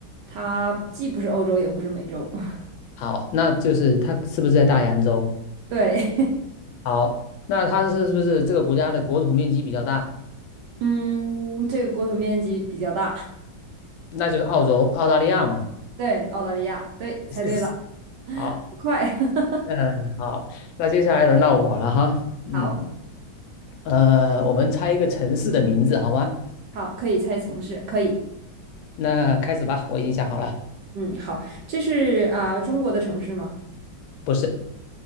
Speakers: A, on the right (about 70°); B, on the left (about 75°).
A: 它既不是欧洲，也不是美洲。<laughs>
B: 好，那就是它是不是在大洋洲？
A: 对，
B: 好，那它是是不是这个国家的国土面积比较大？
A: <laughs> 嗯，这个国土面积比较大。
B: 那就是澳洲、澳大利亚嘛。
A: 对，澳大利亚，对，猜对了，
B: <laughs> 好，
A: 很快。<laughs>
B: 嗯，好，那接下来轮到我了哈。嗯，
A: 好，
B: 呃，我们猜一个城市的名字好吗？
A: 好，可以猜城市，可以。
B: 那开始吧，我已经想好了。
A: 嗯，好，这是啊、中国的城市吗
B: 不是，